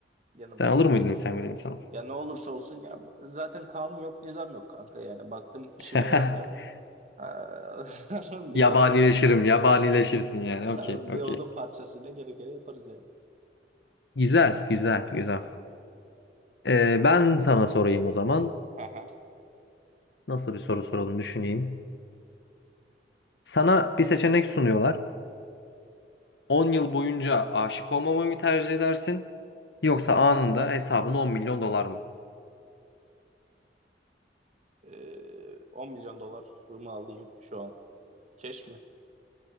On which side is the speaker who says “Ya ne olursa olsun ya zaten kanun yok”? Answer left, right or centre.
Right